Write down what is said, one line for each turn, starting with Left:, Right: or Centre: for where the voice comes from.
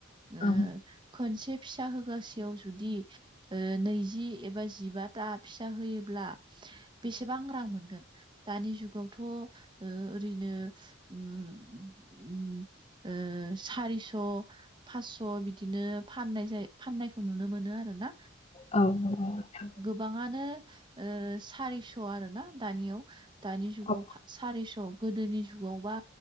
Right: ओ
Left: औ
Right: खोनसे फिसा होगासेयाव जुदि ओ नैजि एबा जिबाथा फिसा होयोब्ला बेसेबां रां मोनगोन दानि जुगावथ' ओ ओरैनो उम उम ओ ओ सारिस' फासस' बिदिनो फननाय जायो फाननायखो खौ नुनो मोनो आरोना
Left: नंगौ नोंथां
Right: गोबाङानो ओ सारिस' आरोना दानियाव दानि जुगाव
Left: औ
Right: फा सारिस' गोदोनि जुगावबा